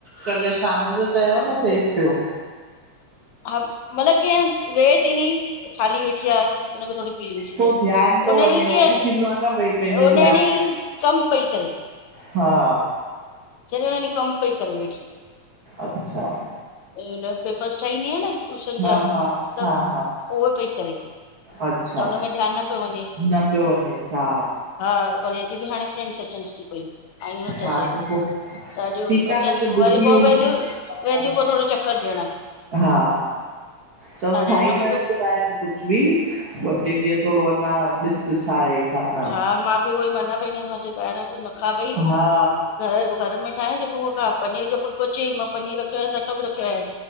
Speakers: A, on the right; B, on the left.
A: कल्ह शाम जो चयो न थिएसि पियो।
B: हा मल कीअ वे थीनी। खाली वेठी आहे थोड़ी फीलिंग
A: पो ध्यानु थो
B: उनि
A: वञे
B: डीय
A: हो
B: के।
A: बि थींदो आहे न भई पंहिंजो
B: उननि
A: ध्यानु
B: कम पई करे।
A: हा।
B: चली कंप पई करेई वेठी।
A: अच्छा।
B: हुन पेपर्स ठाहींदी आहिय न ट्यूशन जा
A: हा हा
B: त
A: हा हा
B: उहे पई करे।
A: अच्छा
B: त हुनमें ध्यानु न पियो वञे
A: न पियो वञेसि हा
B: हा वरी अॼु बि हाणे। फ्रँडस अचन थी पयूं आयूं नथसे।
A: हा त पो
B: त अॼु
A: ठीकु आहे
B: अचनि
A: न त
B: थियूं
A: बिज़ी
B: वरी
A: हूंदी
B: पोइ वेंदियूं, वेंदियूं
A: हा
B: पोइ थोरो चकर ॾियणु।
A: हा चओसि खाई
B: हुन में
A: अचंदा
B: बि
A: आहिनि कुझु बि ॿ ट्रे ॾींहं थोरो। पो अञां ॾिस छा आहे। छा न
B: हा मां बि उहोई माना ॿाहिरां तूं न खावई
A: हा
B: घर घर में ठाहेा पनीर जो फुलक। खुद चयई मां पनीर रखियो आहे त अटो बि रखियो आहे